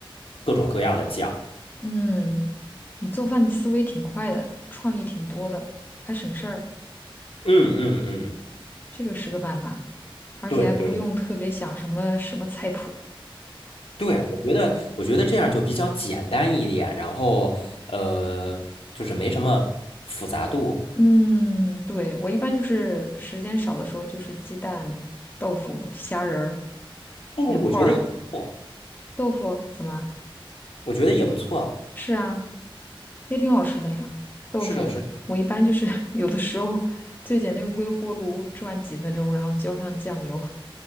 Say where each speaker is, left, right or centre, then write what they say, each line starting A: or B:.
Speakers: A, on the left; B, on the left.
A: 各种各样的酱。
B: 嗯，你做饭的思维挺快的，创意挺多的，还省事儿，
A: 嗯嗯嗯，
B: 这个是个办法，而且还不用特别想什么什么菜谱。
A: 对对对，我觉得我觉得这样就比较简单一点，然后呃，就是没什么复杂度。
B: 嗯，对，我一般就是时间少的时候，就是鸡蛋、豆腐、虾仁儿、
A: 哎，
B: 鱼块儿、
A: 我觉得也不错，
B: 豆腐，怎么？
A: 我觉得也不错。
B: 是啊。也挺好吃的呀。豆腐我一般就是
A: 是的，是的
B: <laughs> 有的时候最简单就是微波炉转几分钟，然后浇上酱油。